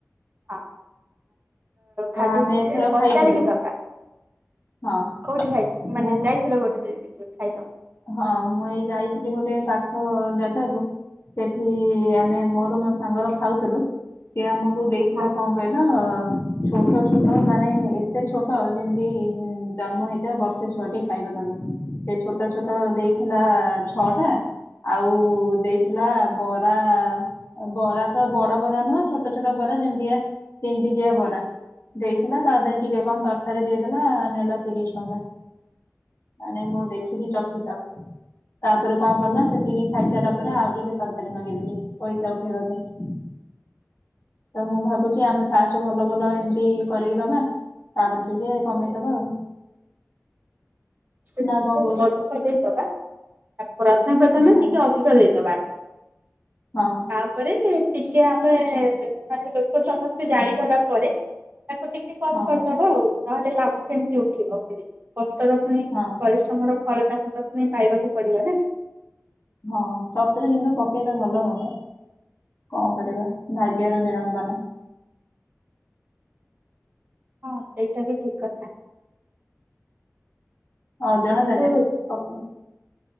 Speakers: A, on the right (about 40°); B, on the left (about 50°).
A: ହଁ। ଖାଲି
B: ଆମେ ଏଥର
A: ପଚାରିକି
B: ଖାଇଥିଲୁ
A: ଦବା।
B: ହଁ
A: କୋଉଠି ଖାଇ ମାନେ
B: ମୁଁ
A: ଯାଇଥିଲ ଗୋଟେ ଯ କି ଖାଇଲ।
B: ହଁ ମୁଁ ଏଇ ଯାଇଥିଲି ଗୋଟେ ପାଖ ଜାଗାକୁ। ସେଠି ଆମେ ମୋର ମୋ ସାଙ୍ଗର ଖାଉଥିଲୁ। ସିଏ ଆମ କୁ ଦେଇଥିଲା
A: ହଁ
B: କଣ କହିଲ। ଛୋଟ ଛୋଟ ମାନେ ଏତେ ଛୋଟ ଯେମିତି ଜନ୍ମ ହେଇଥିବ ବର୍ଷେ ଛୁଆ ଟ ଖାଇବା ତାକୁ ସେ ଛୋଟ ଛୋଟ ଦେଇଥିଲା ଛଅ ଟା ଆଉ ଦେଇଥିଲା ବରା ବରା ତ ବଡ ବରା ନୁହଁ ଛୋଟ ଛୋଟ ବରା ଯେମିତିକା ତିନି ଟିକିଆ ବରା। ଦେଇଥିଲା ତା ଦେହରେ ଟିକେ କଣ ତରକାରୀ ଦେଇଦଲା ନେଲା ତିରିଶ ଟଙ୍କା। ମାନେ ମୁଁ ଦେଖିକି ଚକିତ। ତାପରେ କଣ କଲୁନା ସେତିକି ଖାଇସାରିଲା ପରେ ଆଉ ଟିକେ ତର କାରି ମାଗିଦେଲି ପଇସା ଉଠେଇବା ପାଇଁ। ତ ମୁଁ ଭାବୁଛି ଆମେ ଫାଷ୍ଟ ଭଲ ଭଲ ଏମିତି କରିକି ଦବା। ତାପରେ ଟିକେ କମେଇଦବା ଆଉ।
A: ଟିକେ
B: ନା କଣ କହୁଛ
A: ଅଧିକ ଦେଇଦବା ତା ପ୍ରଥମେ ପ୍ରଥମେ
B: ହଁ
A: ଟିକେ ଅଧିକ ଦେଇଦବା।
B: ହଁ।
A: ତାପରେ ଟିକେ ଆମେ ମାନେ ଲୋକ ସମସ୍ତେ ଜାଣିଗଲା ପରେ ତାକୁ ଟି କେ କମ୍
B: ହଁ
A: କରିଦବା ଆଉ ନହେଲେ ଲାଭ କେମିତି ଉଠିବ ପୁଣି କଷ୍ଟର ପୁଣି
B: ହଁ
A: ପରିଶ୍ରମର ଫଳଟା ସେ ତାକୁ ପାଇବାକୁ ପଡିବ ନା।
B: ହଁ ସତରେ କିନ୍ତୁ ପକେଇଲେ ଭଲ ହୁଅନ୍ତା। କଣ କରିବା ଭାଗ୍ୟର ବିଡ଼ମ୍ବନା।
A: ହଁ ସେଇଟା ବି ଠିକ କଥା।
B: ଅଜଣା
A: କିନ୍ତୁ
B: ଜାଗାରେ ପକ